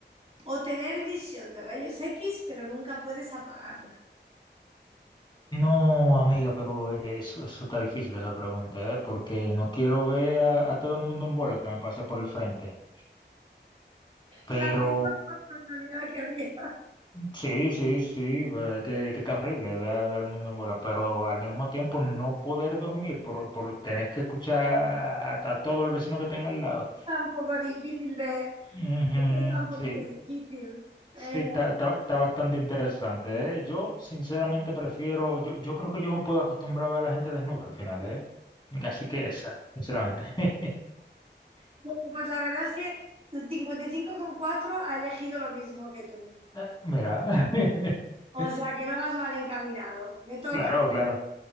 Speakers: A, on the right; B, on the left.
A: O tener visión de rayos X, pero nunca puedes apagarla.
B: No, amiga, pero eso, eso está difícil esa pregunta, ¿eh? Porque no quiero ver a, a todo el mundo en bola que me pase por el frente. Pero
A: La personalidad que ría.
B: sí, sí, sí, eh, que, que está horrible ver, ver el mundo en bola, pero al mismo tiempo no poder dormir por, por tenés que escuchar a, a todo el vecino que tenga al lado.
A: Tampoco difícil de.
B: Ujú,
A: Esto está un poquito
B: sí,
A: difícil. Eh,
B: sí, está, está- está bastante interesante, ¿eh? Yo sinceramente prefiero, yo, yo creo que yo me puedo acostumbrar a ver a la gente desnuda al final, ¿eh? Así que esa, sinceramente. <laughs>
A: bueno, pues la verdad es que el cincuenta y cinco coma cuatro ha elegido lo mismo que tú.
B: Ah, Mira, <laughs>
A: O sea que no vas mal encaminado. Me toca.
B: claro, claro.